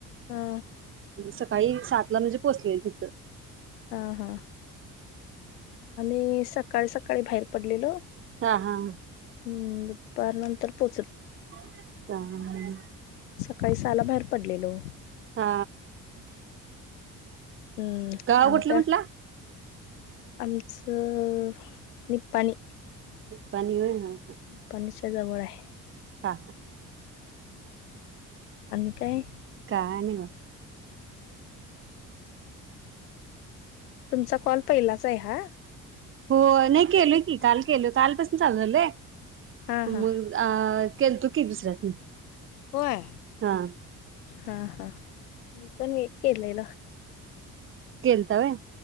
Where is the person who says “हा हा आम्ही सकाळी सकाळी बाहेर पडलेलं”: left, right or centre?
Left